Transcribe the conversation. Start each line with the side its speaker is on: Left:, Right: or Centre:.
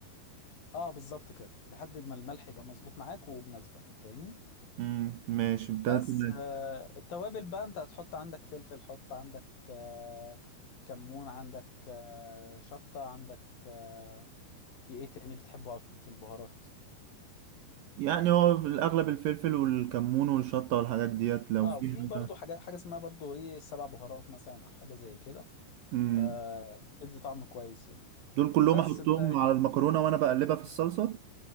Left: اه بالظبط كده لحد ما الملح يبقى مظبوط معاك وبناسبك فاهمني
Right: امم ماشي انت
Left: بس
Right: تمام
Left: آه، التوابل بقى انت هتحط عندك فلفل حط عندك آه، كمون عندك آه، شطة عندك آه، في ايه تاني بتحبه في في البهارات
Right: يعني هو في الاغلب الفلفل والكمون والشطه والحاجات ديت لو
Left: اه
Right: في
Left: وفي برضو
Right: حاجه
Left: حاجات حاجة اسمها برضو ايه السبع بهارات مثلا او حاجة زي كده
Right: امم
Left: آه، بتدي طعم كويس يعني
Right: دول كلهم
Left: بس
Right: احطهم
Left: انت
Right: على المكرونه وانا بقلبها في الصلصه